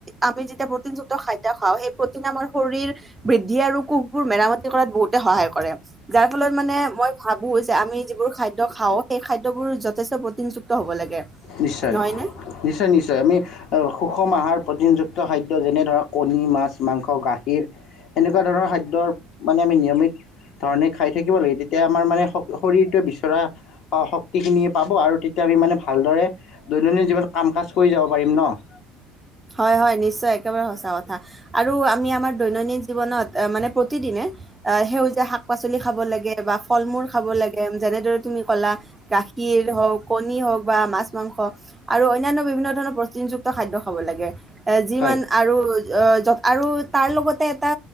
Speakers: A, on the right; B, on the left.
A: আমি যেতিয়া প্ৰটিনযুক্ত খাদ্য খাওঁ, সেই প্ৰটিন আৰু শৰীৰ বৃদ্ধি আৰু কোষবোৰ মেৰামতি কৰাত বহুতে সহায় কৰে। যাৰ ফলত মানে মই ভাবো যে, আমি যিবোৰ খাদ্য খাওঁ সেই খাদ্যবোৰ যথেষ্ট প্ৰটিনযুক্ত হ'ব লাগে,
B: নিশ্চয়
A: নহয় নে?
B: নিশ্চয় নিশ্চয় আমি সুষম আহাৰ প্ৰটিনযুক্ত খাদ্য যেনে ধৰক কণী, মাছ, মাংস, গাখীৰ এনেকুৱা ধৰণৰ খাদ্যৰ মানে আমি নিয়মিত ধৰণে খাই থাকিব লাগে। তেতিয়া আমাৰ মানে, শ-শৰীৰটোৱে বিচৰা, শক্তিখিনিয়ে পাব। আৰু তেতিয়া আমি মানে ভালদৰে, দৈনন্দিন জীৱনত, কাম কাজ কৰি যাব পাৰিম ন'!
A: হয়, হয়, নিশ্চয়, একেবাৰে সঁচা কথা। আৰু আমি আমাৰ দৈনন্দিন জীৱনত, মানে প্ৰতিদিনে আহ, সেউজীয়া শাক-পাচলি খাব লাগে, বা ফল-মূল খাব লাগে, যেনেদৰে তুমি ক'লা। গাখীৰ হওঁক, কণী হওক বা মাছ মাংস, আৰু অন্যান্য বিভিন্ন ধৰণৰ প্ৰতিযুক্ত খাদ্য। হ'ব লাগে। এ যিমান
B: হয়
A: আৰু, অ', আৰু তাৰ লগতে, এটা